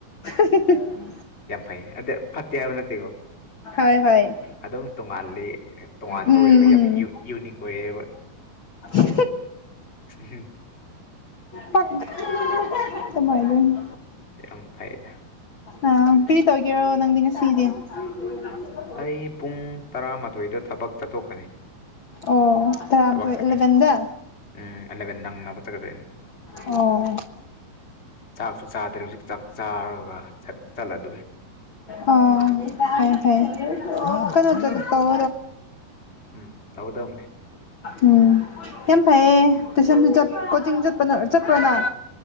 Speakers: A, on the left; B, on the left.
A: <inaudible>
B: ꯌꯥꯝ ꯐꯩ ꯑꯗ ꯐꯠꯇꯦ ꯍꯥꯏꯕ ꯅꯠꯇꯦꯀꯣ
A: ꯍꯣꯢ ꯍꯣꯢ
B: ꯑꯗꯨꯝ ꯇꯣꯉꯥꯜꯂꯤ ꯇꯣꯉꯥꯟꯕ
A: ꯎꯝ
B: ꯑꯣꯏꯔꯒ
A: ꯎꯝ
B: ꯌꯥꯝ ꯌꯨ- ꯌꯨꯅꯤꯛ ꯑꯣꯏꯌꯦꯕ
A: <inaudible>
B: ꯍꯨꯝ <inaudible>
A: ꯄꯒ <inaudible> ꯃꯥꯏ ꯑꯗꯨ <inaudible>
B: ꯌꯥꯝ ꯐꯩꯗ
A: ꯑ ꯀꯔꯤ ꯇꯧꯒꯦꯔꯣ ꯅꯪꯗꯤ ꯉꯁꯤꯗꯤ ꯎ <inaudible>
B: ꯑꯩ ꯄꯨꯡ ꯇꯔꯥꯃꯥꯊꯣꯏꯗ ꯊꯕꯛ ꯆꯠꯊꯣꯛꯀꯅꯤ
A: ꯑꯣ ꯇꯔꯥꯃꯊꯣꯏ
B: ꯊꯕꯛ ꯆꯠꯀꯅꯤ
A: ꯏꯂꯚꯦꯟꯗ
B: ꯎꯝ ꯑꯦꯂꯕꯦꯟ ꯅꯪꯅꯕ ꯆꯠꯀꯗꯣꯏꯅꯤ
A: ꯑꯣ
B: ꯆꯥꯛꯁꯨ ꯆꯥꯗ꯭ꯔꯦ ꯍꯧꯖꯤꯛ ꯆꯥꯛ ꯆꯥꯔꯒ ꯆꯠꯂꯗꯣꯏꯅꯦ
A: ꯑꯣ ꯐꯩꯌꯦ ꯐꯩꯌꯦ ꯀꯩꯅꯣ ꯇꯧ
B: ꯎꯝ ꯇꯥꯎꯒꯗꯧꯅꯤ
A: ꯎꯝ ꯌꯥꯝ ꯐꯩꯌꯦ ꯇꯨꯏꯁꯟ ꯀꯣꯆꯤꯡ ꯆꯠꯄ ꯆꯠꯄ꯭ꯔꯣ ꯅꯪ